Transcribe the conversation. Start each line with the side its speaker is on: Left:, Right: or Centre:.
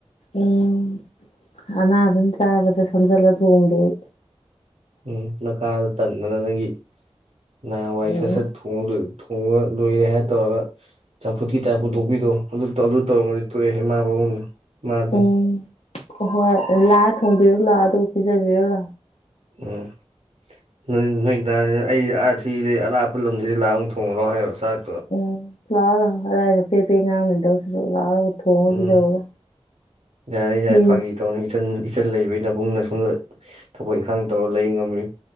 Left: ꯎꯝ ꯑꯅꯥꯕꯅ ꯆꯥꯕꯗ ꯁꯝꯖꯜꯂꯒ ꯊꯣꯡꯗꯦ ꯑꯩ
Right: ꯎꯝ ꯅ ꯀꯥꯗ ꯇꯟꯕꯅ ꯅꯪꯒꯤ ꯅꯍꯥ ꯋꯥꯏꯁ
Left: ꯎꯝ
Right: ꯁꯠ-ꯁꯠ ꯊꯣꯡꯡꯂ ꯊꯣꯡꯕ ꯂꯣꯏꯔꯦ ꯍꯥꯏ ꯇꯧꯔꯒ ꯆꯝꯐꯨꯠꯀꯤ ꯇꯥꯏꯞ ꯄꯨꯊꯣꯛꯄꯤꯗꯣ ꯑꯗꯨ ꯇꯧꯔꯝꯃꯗꯤ ꯊꯣꯛꯑꯦ ꯏꯃꯥ ꯄꯥꯕꯨꯡꯅ ꯃꯥ ꯑꯗꯨꯝ
Left: ꯎꯝ ꯍꯣꯏ ꯂꯥꯛꯑ ꯊꯣꯡꯕꯤꯔꯨ ꯂꯥꯑꯣ ꯑꯗꯨ ꯄꯤꯖꯕꯤꯔꯨ ꯂꯥꯑꯣ
Right: ꯎꯝ ꯅꯣꯏ ꯅꯣꯏꯗꯥꯏ ꯑꯩꯥ ꯑꯥꯁꯤꯗꯩ ꯑꯔꯥꯞꯄ ꯂꯝꯁꯤꯗ ꯂꯥꯛꯑ ꯑꯃꯨꯛ ꯊꯣꯡꯉ꯭ꯔꯣ ꯍꯥꯏꯔꯣ ꯆꯥꯛ
Left: ꯎꯝ ꯂꯥꯎ ꯂꯥꯎ ꯑꯗꯥꯏꯗ ꯄꯦ ꯄꯦ ꯉꯥꯡꯉ ꯂꯩꯗꯧ ꯁꯔꯨꯛ ꯂꯥꯎ ꯊꯣꯡꯉꯒ
Right: ꯎꯝ
Left: ꯄꯤꯖꯎ ꯂꯥꯎ
Right: ꯌꯥꯔꯦ ꯌꯥꯔꯦ
Left: ꯅꯪ
Right: ꯐꯥꯒꯤ ꯇꯧꯅꯤ ꯏꯆꯟ ꯏꯆꯟ ꯂꯩꯕꯩ ꯅꯕꯨꯡꯅ ꯁꯣꯝꯗ ꯊꯕꯛ ꯏꯪꯈꯥꯡ ꯇꯧꯔꯒ ꯂꯩ ꯉꯝꯃꯤꯝꯅꯤ